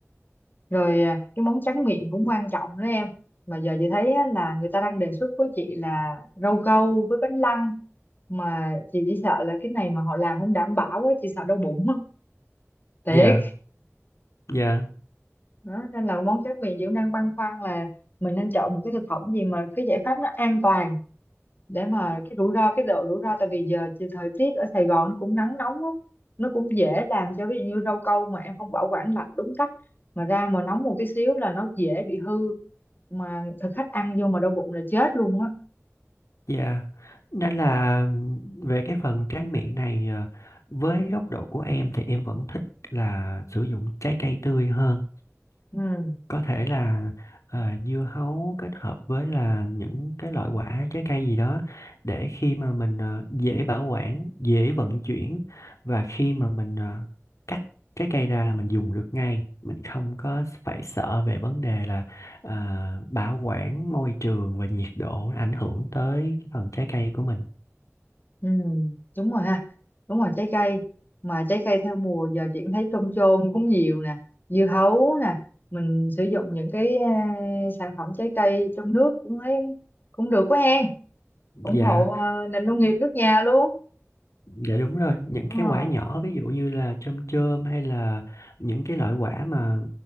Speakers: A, on the left; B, on the left.
A: rồi à, cái món tráng miệng cũng quan trọng đó em mà giờ chị thấy á, là người ta đang đề xuất với chị là rau câu với bánh lăng mà chị chỉ sợ là cái này mà họ làm không đảm bảo á chị sợ đau bụng á thiệt
B: dạ dạ
A: đó, nên là món tráng miệng chị cũng đang băn khoăn là mình nên chọn một cái thực phẩm gì mà cái giải pháp nó an toàn để mà cái rủi ro cái độ rủi ro tại vì giờ thì thời tiết ở Sài Gòn nó cũng nắng nóng á nó cũng dễ làm cho ví dụ như rau câu mà em không bảo quản lạnh đúng cách mà ra mà nóng một tí xíu là nó dễ bị hư mà thực khách ăn vô mà đau bụng là chết luôn á
B: dạ nên là về cái phần tráng miệng này à, với góc độ của em thì em vẫn thích là sử dụng trái cây tươi hơn
A: ừ
B: có thể là à, dưa hấu kết hợp với là những cái loại quả trái cây gì đó để khi mà mình à, dễ bảo quản dễ vận chuyển và khi mà mình à, cắt trái cây ra là mình dùng được ngay mình không có phải sợ về vấn đề là à, bảo quản môi trường và nhiệt độ ảnh hưởng tới cái phần trái cây của mình
A: ừ đúng rồi ha đúng rồi trái cây mà trái cây theo mùa giờ chị cũng thấy trôm trôm cũng nhiều nè dưa hấu nè mình sử dụng những cái ờ, sản phẩm trái cây trong nước cũng thấy cũng được quá hen
B: dạ
A: ủng hộ ờ, nền nông nghiệp nước nhà luôn
B: Dạ đúng rồi, những
A: Ờ,
B: cái quả nhỏ ví dụ như là chôm chôm hay là những cái loại quả mà